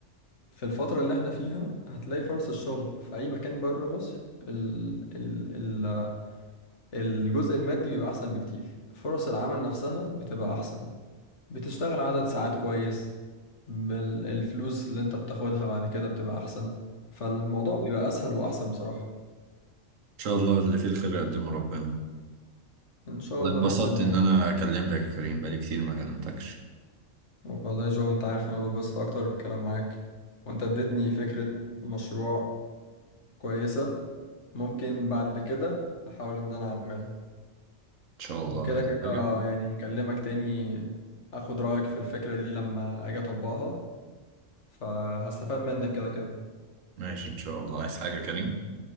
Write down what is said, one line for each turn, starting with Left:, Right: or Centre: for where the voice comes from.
Left: في الفترة اللي احنا فيها هتلاقي فرص الشغل في أي مكان بره مصر ال... ال... الجزء المادي بيبقى أحسن بكتير فرص العمل نفسها بتبقى أحسن بتشتغل عدد ساعات كويس بال- الفلوس اللي أنت بتاخدها بعد كده بتبقى أحسن فالموضوع بيبقى أسهل وأحسن بصراحة
Right: ان شاء الله اللي فيه الخير يقدمه ربنا
Left: إن شاء
Right: والله
Left: الله
Right: اتبسطت
Left: بإذن الله
Right: ان انا كلمتك يا كريم بقالي كتير ما كلمتكش
Left: والله يا جو أنت عارف أنا ببسط أكتر بالكلام معاك وأنت اديتني فكرة مشروع كويسة ممكن بعد كده أحاول إن أنا أعملها
Right: ان شاء
Left: وكده
Right: الله عايز
Left: كده
Right: حاجه
Left: يعني هكلمك تاني أخد رأيك في الفكرة دي لما أجي أطبقها فهستفاد منك كده كده
Right: ماشي إن شاء الله عايز حاجة يا كريم